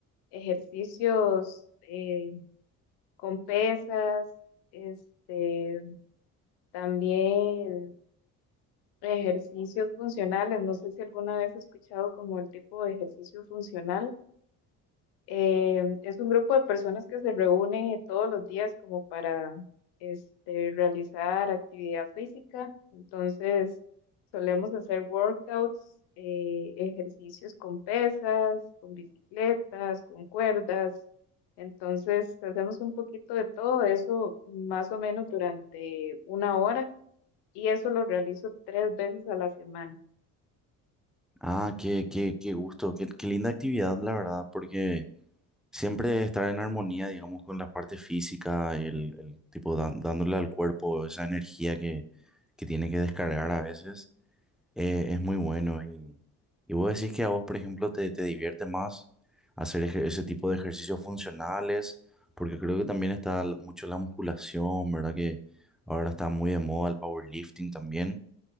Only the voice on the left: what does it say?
ejercicios eh, con pesas, este, también ejercicios funcionales. No sé si alguna vez has escuchado como el tipo de ejercicio funcional. Eh, es un grupo de personas que se reúne todos los días como para este, realizar actividad física. Entonces, solemos hacer workouts, eh, ejercicios con pesas, con bicicletas, con cuerdas. Entonces, hacemos un poquito de todo eso más o menos durante una hora y eso lo realizo tres veces a la semana.